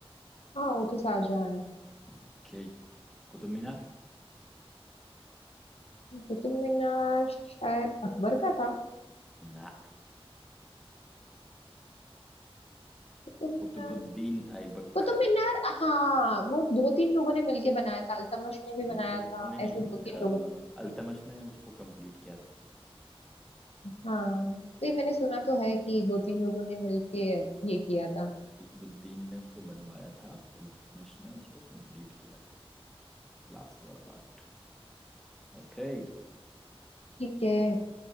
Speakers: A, on the left; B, in the centre.
A: हाँ वो तो शाहजहाँ है
B: ओके कुतुब मीनार
A: कुतुब मीनार शायद अकबर का था
B: ना
A: कुतुब मीनार
B: कुतुबुद्दीन ऐबक
A: कुतुब मीनार हाँ वो दो तीन लोगों ने मिलके बनाया था अल्तमश ने भी
B: दो
A: बनाया
B: तीन लोगों
A: था
B: ने नहीं
A: ऐसे दो तीन
B: अ,
A: लोगों ने मिलके
B: अल्तमश ने उसको कंप्लीट किया था
A: हाँ तो ये मैंने सुना तो है कि दो तीन लोगों ने मिलके ये किया था
B: कुतुबुद्दीन ने उसको बनवाया था अल्तमश ने उसको कंप्लीट किया था लास्ट वाला पार्ट ओके
A: ठीक है